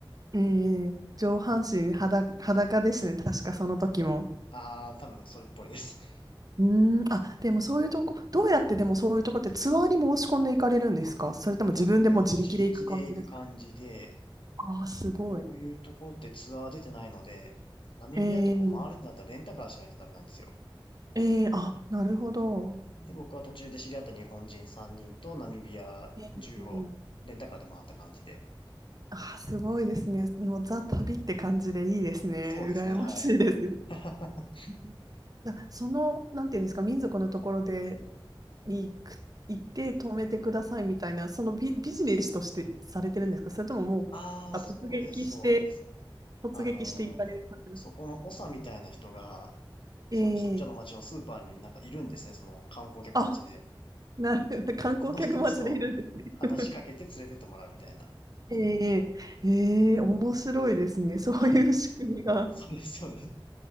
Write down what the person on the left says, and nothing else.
あー、多分それっぽいです。<laughs>
いや、もう自力で行く感じで、
こういうとこってツアー出てないので、ナミビアってこう回るってなったらレンタカーしないとダメなんですよ。
で、僕は途中で知り合った日本人3人とナミビア中をレンタカーで回った感じで。
そうですね、
はい。<laughs>
ああ、
そうです、
そうです。
あのーそこの長みたいな人が、
その近所の町のスーパーになんかいるんですね、その観光客待ちで。
その人にそう、話しかけて連れてってもらうみたいな。
はい。そうです、そうです。い